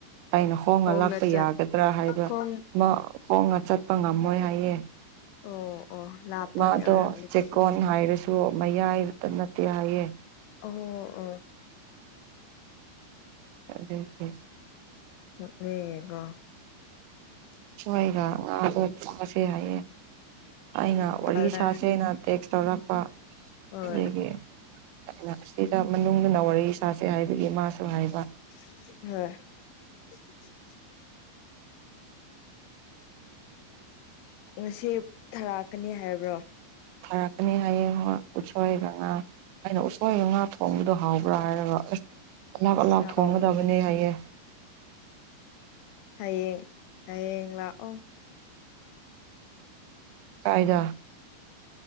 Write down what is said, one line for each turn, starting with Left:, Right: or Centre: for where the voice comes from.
Right: ꯑꯩꯅ ꯍꯣꯡꯉ
Left: ꯈꯣꯡꯅ
Right: ꯂꯥꯛꯄ
Left: ꯆꯠ
Right: ꯌꯥꯒꯗ꯭ꯔꯥ ꯍꯥꯏꯕ꯫
Left: ꯈꯣꯡ
Right: ꯃꯥ ꯍꯣꯡꯅ ꯆꯠꯄ ꯉꯝꯃꯣꯏ ꯍꯥꯏꯌꯦ꯫
Left: ꯑꯣ ꯑꯣ ꯂꯥꯞꯄꯒꯤ
Right: ꯎ ꯃꯥꯗꯣ
Left: ꯑꯣꯏꯔꯝꯅꯤ ꯑꯗꯨꯗꯤ
Right: ꯆꯦꯛꯀꯣꯟ ꯍꯥꯏꯔꯁꯨ ꯃꯌꯥꯏꯗ ꯅꯠꯇꯦ ꯍꯥꯏꯌꯦꯦ
Left: ꯑꯣ ꯑ
Right: <unintelligible>
Left: <unintelligible>
Right: ꯎꯁꯣꯏꯒ ꯉꯥꯒ ꯆꯥꯁꯦ ꯍꯥꯏꯌꯦ꯫ ꯑꯩꯅ ꯋꯥꯔꯤ
Left: ꯚꯔꯥ
Right: ꯁꯥꯥꯁꯦꯅ ꯇꯦꯛꯁ ꯇꯧꯔꯛꯄ
Left: ꯍꯣꯏ
Right: ꯑꯗꯒꯤ ꯑꯩꯅ ꯁꯤꯗ ꯃꯅꯨꯡꯗ ꯅ ꯋꯥꯔꯝ ꯁꯥꯁꯦ ꯍꯥꯏꯕꯒꯤ ꯃꯥꯁꯨ ꯍꯥꯏꯕ
Left: <unintelligible> ꯉꯁꯤ ꯊꯥꯔꯛꯀꯅꯤ ꯍꯥꯏꯕ꯭ꯔꯣ
Right: ꯊꯥꯔꯛꯀꯅꯤ ꯍꯥꯏꯌꯦ ꯍꯣꯏ ꯎꯠꯁꯣꯏꯒ ꯉꯥꯒ ꯑꯩꯅ ꯎꯁꯣꯏꯒ ꯉꯥ ꯊꯣꯡꯕꯗꯣ ꯍꯥꯎꯕ꯭ꯔꯥ ꯍꯥꯏꯔꯒ ꯑꯁ ꯑꯂꯛ
Left: ꯑꯁ
Right: ꯑꯂꯛ ꯊꯣꯡꯒꯗꯕꯅꯦ
Left: ꯁꯥꯎꯕꯅꯦ
Right: ꯍꯥꯏꯌꯦꯦ
Left: ꯍꯌꯦꯡ ꯍꯌꯦꯡ ꯂꯥꯛꯑꯣ
Right: ꯀꯥꯏꯗ